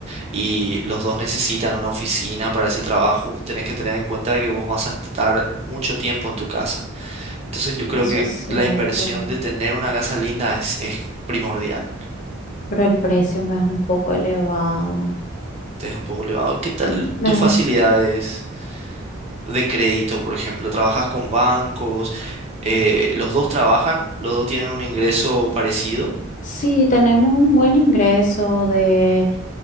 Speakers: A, on the right (about 30°); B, on the left (about 40°).
A: y los dos necesitan una oficina para ese trabajo, tenés que tener en cuenta que vos vas a estar mucho tiempo en tu casa. Entonces yo creo
B: Eso
A: que
B: es cierto,
A: la inversión de tener una casa linda es, es primordial.
B: pero el precio me es un poco elevado.
A: Entonces un poco elevado. ¿Qué tal
B: Me
A: tus
B: es
A: facilidades
B: un
A: de crédito, por ejemplo? ¿Trabajas con bancos? Eh, ¿los dos trabajan? ¿Los dos tienen un ingreso parecido?
B: Sí, tenemos un buen ingreso de,